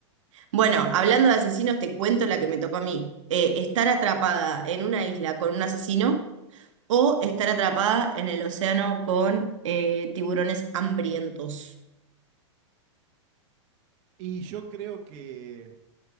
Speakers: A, on the right; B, on the right.
A: Bueno, hablando de asesinos, te cuento la que me tocó a mí. Eh, estar atrapada en una isla con un asesino o estar atrapada en el océano con eh, tiburones hambrientos.
B: Y yo creo que...